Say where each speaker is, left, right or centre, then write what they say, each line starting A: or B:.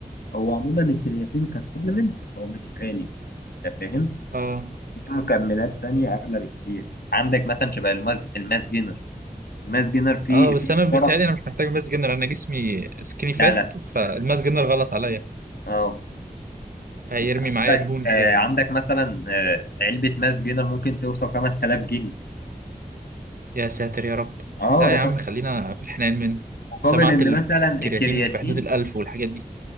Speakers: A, on the left (about 80°); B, on the right (about 65°).
A: هو عموما الكرياتين كسبلمنت هو مش غالي انت فاهم
B: اه
A: في مكملات تانية اغلى بكتير عندك مثلا شبه الماس الماس جينر الماس جينر فيه
B: اه بس
A: فيه
B: انا بيتهيألي
A: شرف
B: انا مش محتاج ماس جنرال انا جسمي سكيني فات
A: لا لا
B: فالماس جنرال غلط عليا
A: اه
B: هيرمي
A: انت عندك
B: معايا دهون في
A: آه، عندك مثلا آه، علبة ماس جينر ممكن توصل 5000 جنيه
B: يا ساتر يا رب
A: اه
B: لا
A: رقم
B: يا عم خلينا في الحنان منه
A: مقابل
B: سمعت
A: ان
B: الكرياتين
A: مثلا الكرياتين
B: في حدود الألف والحاجات دي